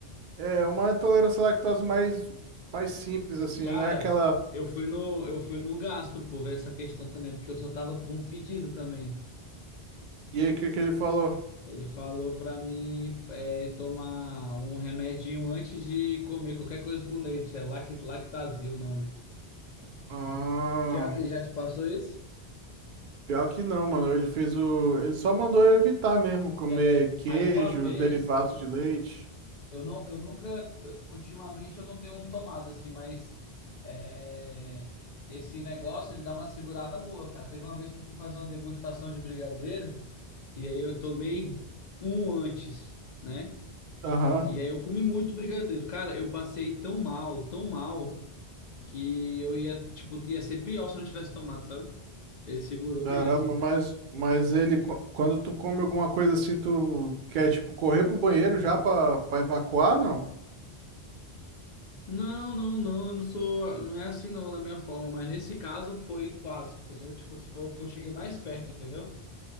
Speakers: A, on the right (about 60°); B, on the left (about 55°).
A: é uma intolerância à lactose mais, mais simples, assim,
B: Cara,
A: não é aquela.
B: eu fui no, eu fui no gastro por ver essa questão também, porque eu só tava pum fedido também.
A: E aí, o que que ele falou?
B: Ele falou pra mim é, tomar um remedinho antes de comer qualquer coisa com leite. É Lact, Lactazil o nome.
A: Ah,
B: Já, já te passou isso?
A: pior que não, mano. Ele fez o. Ele só mandou eu evitar mesmo comer
B: É,
A: queijo,
B: aí uma vez,
A: derivados de leite.
B: eu não, eu nunca, ultimamente eu não tenho tomado assim, mas é, esse negócio ele dá uma segurada boa, cara. Teve uma vez que eu fui fazer uma degustação de brigadeiro. E aí eu tomei um antes, né?
A: Aham.
B: E aí eu comi muito brigadeiro. Cara, eu passei tão mal, tão mal, que eu ia, tipo, ia ser pior se eu não tivesse tomado, sabe? Ele segurou
A: Caramba,
B: bem assim.
A: mas, mas ele, qu- quando tu come alguma coisa assim, tu quer, tipo, correr pro banheiro já pra, pra evacuar, não?
B: Não, não, não, eu não sou, não é assim não, da minha forma, mas nesse caso foi quase, entendeu? Tipo, assim, foi o que eu cheguei mais perto, entendeu? Deixa